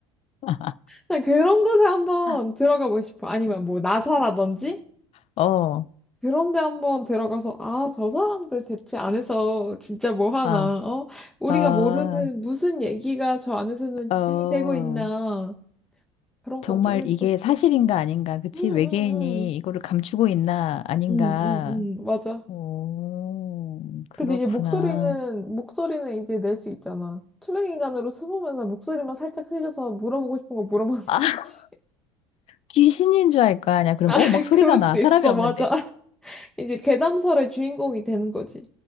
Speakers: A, on the left; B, in the centre.
A: <laughs>
B: 난 그런 곳에 한번
A: 아,
B: 들어가고 싶어. 아니면 뭐, 나사라든지?
A: 어,
B: 그런데 한번 들어가서, 아, 저 사람들 대체 안에서 진짜 뭐 하나,
A: 아,
B: 어? 우리가
A: 아,
B: 모르는 무슨 얘기가 저 안에서는
A: 어.
B: 진행되고 있나. 그런
A: 정말
B: 거 좀 해보고
A: 이게
B: 싶어.
A: 사실인가 아닌가, 그치?
B: 응, 응,
A: 외계인이
B: 응.
A: 이거를 감추고 있나 아닌가.
B: 응, 응, 응. 맞아.
A: 오, 그렇구나.
B: 근데 이제 목소리는, 목소리는 이제 낼 수 있잖아. 투명인간으로 숨으면서 목소리만 살짝 흘려서 물어보고 싶은 거 물어보는
A: 아,
B: 거지.
A: <laughs> 귀신인 줄 알 거 아니야.
B: <laughs>
A: 그럼,
B: 아,
A: 어, 막 소리가
B: 그럴
A: 나.
B: 수도
A: 사람이
B: 있어.
A: 없는데.
B: 맞아. 이제 괴담설의 주인공이 되는 거지.